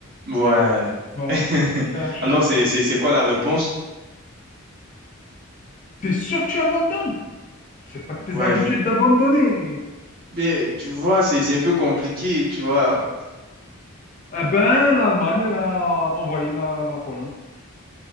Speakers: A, on the right; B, on the left.
A: Ouais.
B: voilà.
A: <laughs>
B: Donc là, je suis
A: Alors,
B: d'accord.
A: c'est, c'est, c'est quoi la réponse?
B: T'es sûr que tu abandonnes? C'est pas de tes
A: Ouais,
B: habitudes
A: je-
B: d'abandonner.
A: mais tu vois, c'est, c'est un peu compliqué, tu vois.
B: Eh ben, l'Allemagne, elle a envoyé la, la Pologne.